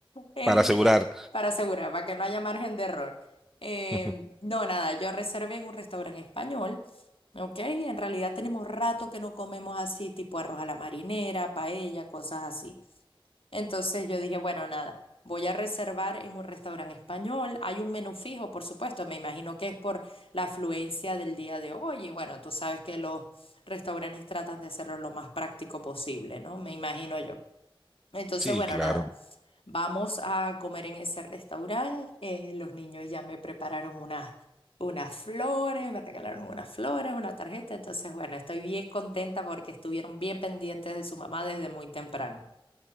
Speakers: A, on the left; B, in the centre.
A: Este,
B: Para asegurar.
A: para asegurar, para que no haya margen de error. Eh,
B: <laughs>
A: no, nada, yo reservé en un restaurante español, ¿ok? En realidad tenemos rato que no comemos así, tipo arroz a la marinera, paella, cosas así. Entonces yo dije, bueno, nada, voy a reservar en un restaurante español. Hay un menú fijo, por supuesto, me imagino que es por la afluencia del día de hoy. Y bueno, tú sabes que los restaurantes tratan de hacerlo lo más práctico posible, ¿no? Me imagino yo. Entonces,
B: Sí,
A: bueno,
B: claro.
A: nada, vamos a comer en ese restaurante. eh, los niños ya me prepararon unas, unas flores, me regalaron unas flores, una tarjeta. Entonces, bueno, estoy bien contenta porque estuvieron bien pendientes de su mamá desde muy temprano.